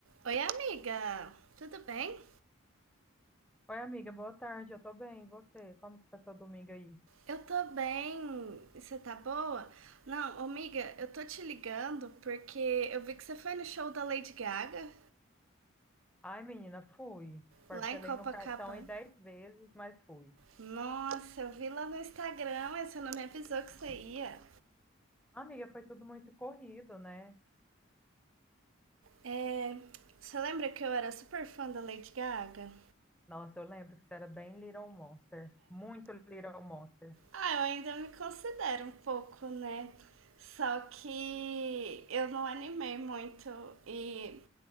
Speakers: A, on the right; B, in the centre.
A: Oi, amiga. Tudo bem?
B: Oi, amiga, boa tarde. Eu tô bem, e você? Como que tá seu domingo aí?
A: Eu tô bem. E Você tá boa? Não, amiga, eu tô te ligando porque eu vi que você foi no show da Lady Gaga
B: Ai, menina, fui. Parcelei
A: lá em Copacabana.
B: no cartão aí 10 vezes, mas fui.
A: Nossa, eu vi lá no Instagram, mas você não me avisou que você ia.
B: Amiga, foi tudo muito corrido, né?
A: É, você lembra que eu era super fã da Lady Gaga?
B: Nossa, eu lembro que você era bem Little Monster. Muito Little Monster.
A: Ah, eu ainda me considero um pouco, né? Só que eu não animei muito e